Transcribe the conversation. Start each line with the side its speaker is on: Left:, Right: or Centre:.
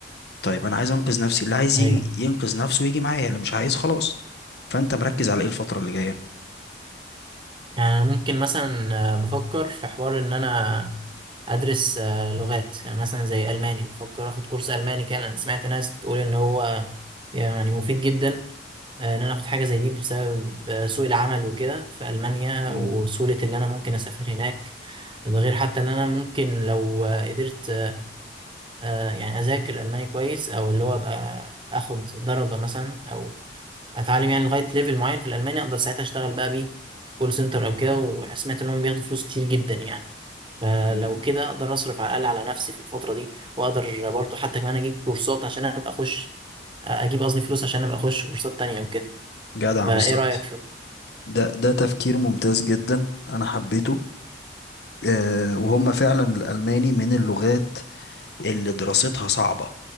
Left: طيب انا عايز انقذ نفسي اللي عايز
Right: ايوه
Left: يجي ينقذ نفسه ويجي معايا اللي مش عايز خلاص فانت مركز على ايه الفترة اللي جاية
Right: يعني أنا ممكن مثلا آه، بفكر في حوار ان انا ادرس آه، لغات يعني مثلا زي الماني بفكر اخد كورس الماني كان انا سمعت ناس بتقول ان هو يعني مفيد جدا آه، ان انا اخد حاجه زي دي بسبب آه، سوق العمل وكده في المانيا
Left: مم.
Right: وسهوله اللي انا ممكن اسافر هناك ده غير حتى ان انا ممكن لو آه، قدرت آه، يعني اذاكر الماني كويس او اللي هو ابقى اخد درجه مثلا او اتعلم يعني لغايه ليفل معين في الالماني اقدر ساعتها اشتغل بقى بيه كول سنتر او كده وسمعت انهم بياخدوا فلوس كتير جدا يعني فلو
Left: مم.
Right: كده اقدر اصرف على الاقل على نفسي في الفتره دي واقدر برضه حتى كمان اجيب كورسات عشان ابقى اخش آه، اجيب قصدي فلوس عشان ابقى اخش كورسات تانية وكده
Left: جدع
Right: فايه
Left: بالظبط
Right: رايك في
Left: ده ده تفكير ممتاز جدا انا حبيته آه وهم فعلا الالماني من اللغات اللي دراستها صعبة